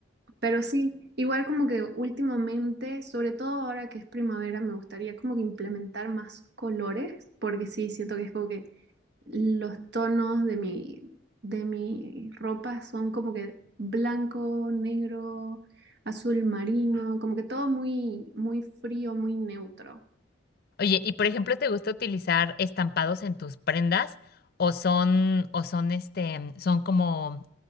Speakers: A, on the right (about 55°); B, on the left (about 50°).
A: Pero sí, igual como que últimamente, sobre todo ahora que es primavera, me gustaría como que implementar más colores, porque sí, siento que es como que los tonos de mi, de mi ropa son como que blanco, negro, azul marino, como que todo muy, muy frío, muy neutro.
B: Oye, y por ejemplo, ¿te gusta utilizar estampados en tus prendas o son o son este son como